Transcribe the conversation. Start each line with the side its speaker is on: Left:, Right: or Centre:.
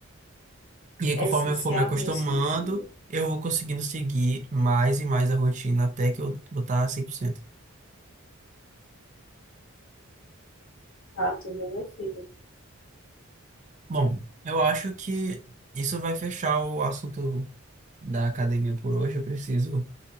Right: E aí,
Left: É
Right: conforme
Left: essencial
Right: eu for me acostumando,
Left: mesmo.
Right: eu vou conseguindo seguir mais e mais a rotina até que eu vou estar 100%.
Left: Ah, tudo bem, meu filho.
Right: Bom, eu acho que isso vai fechar o assunto da academia por hoje. Eu preciso,